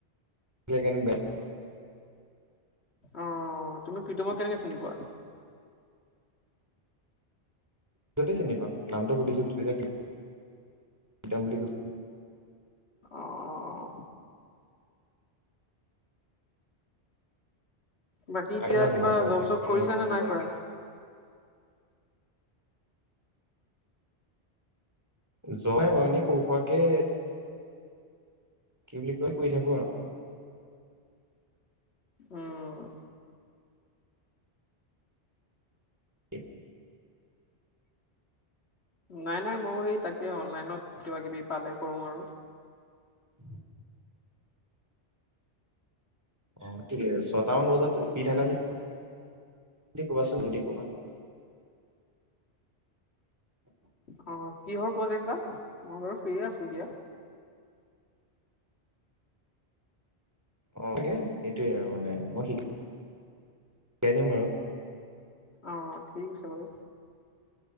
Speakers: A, on the right; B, on the left.
A: সেইকাৰণে।
B: অহ তুমি প্ৰীতম কেনেকে চিনি পোৱা?
A: সেইটোৱে চিনি পাও নামটো সুধিছিলো তেতিয় প্ৰীতম বুলি কৈ
B: অহ। বাকী এতিয়া
A: আগজনা
B: কিবা
A: তোমাৰ তোমাৰ
B: জব
A: তাত
B: চব
A: কি
B: কৰিছা
A: নাম আছিল
B: নে
A: কিবা
B: নাই কৰা?
A: যোৱাই নাই এনেই সৰু সুৰা কে কি বুলি কৈ কৰি থাকো আৰু।
B: উম।
A: <inaudible>
B: নাই নাই ময়ো সেই তাকে অনলাইনত কিবা কিবি পালে কৰো আৰু।
A: <inaudible> অ ঠিক আছে ছয়টামান বজাত ফ্ৰী থাকা যে যদি কবা চোন যদি কবা। <inaudible>
B: অ কিহৰ প্ৰজেক্ট বা মই বাৰু ফ্ৰীয়ে আছো দিয়া।
A: অ তাকে সেইটোৱে আৰু মানে মই শিকি শিকাই দিম বাৰু।
B: অ ঠিক আছে বাৰু।